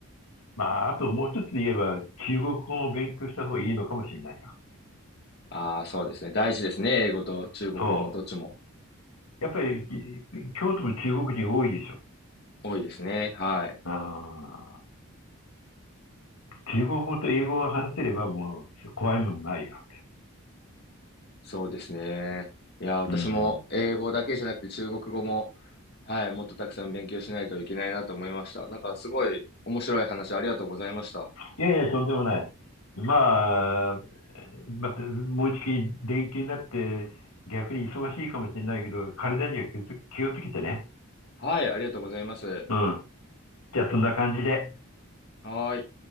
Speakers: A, on the left; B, on the left.
A: まあ、あともう一つ言えば、中国語を勉強した方がいいのかもしれないな。
B: ああ、そうですね。大事ですね。英語と中国語もどっちも
A: そう。やっぱり、京都も中国人多いでしょ。
B: 多いですね。はい。
A: あー中国語と英語を話せればもう怖いもんないよ。
B: そうですね。いや、私も英語だけじゃなくて中国語も、
A: うん。
B: はい、もっとたくさん勉強しないといけないなと思いました。なんかすごい面白い話ありがとうございました。
A: いやいや、とんでもない。まあ、また、もう一回連休になって逆に忙しいかもしれないけど、体には気をつ気をつけてね。
B: はい、ありがとうございます。
A: うん。じゃあそんな感じで。
B: はーい。